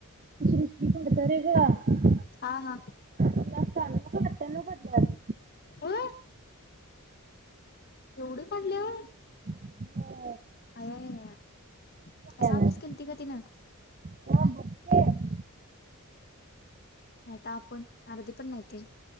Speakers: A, on the right (about 40°); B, on the left (about 45°).
A: ती सृष्टी फडतरे ग.
B: हा हा
A: तिला शहाण्णव का अठ्ठ्याण्णव पडल्यात
B: अ एवढ पडले व्हय?
A: हम
B: आय आय आय
A: त्यावेळेस
B: असा अभ्यास केलता का तिनं.
A: हा बघ की.
B: नाहीत आपण आरदी पण नाही ते.